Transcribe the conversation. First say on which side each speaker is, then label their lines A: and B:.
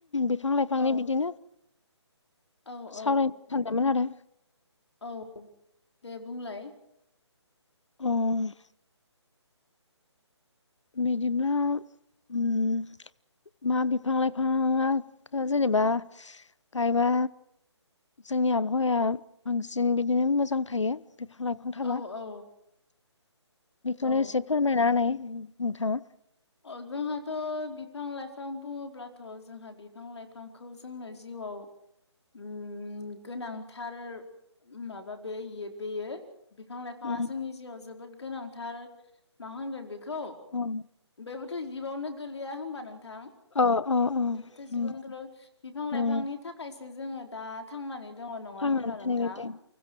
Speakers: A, on the left; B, on the left.
A: बिफां लाइफांनि
B: औ
A: बिदिनो
B: औ
A: सावरायनो
B: औ
A: सानदोंमोन आरो
B: औ दे बुंलाय
A: अह बिदिब्ला उम मा बिफां लाइफांआ जेनेबा गायबा जोंनि आबहावाया बांसिन बिदिनो मोजां थायो बिफां लाइफां थाबा
B: औ औ
A: बेखौनो
B: औ
A: एसे फोरमायना होनाय नोंथाङा
B: अ जोंहाथ' बिफां लाइफां बुङोब्लाथ' जोंहा बिफां लाइफांखौ जोंनो जिउआव उम गोनांथार माबा बे बेयो बिफां लाइफाङा
A: उम
B: जोंनि जिउआव जोबोद गोनांथार मा होनगोन बेखौ
A: औ
B: बेबोथ' जिबआवनो गोलैया होमबा नोंथां
A: अ अ
B: बेबोथ' जिबावनो
A: नंगौ
B: गोलैयो बिफां-लाइफांनि
A: उम
B: थाखायसो जोङो दा थांनानै दङ नङा
A: थांनानै
B: होमब्ला नोंथां
A: थानाय बायदि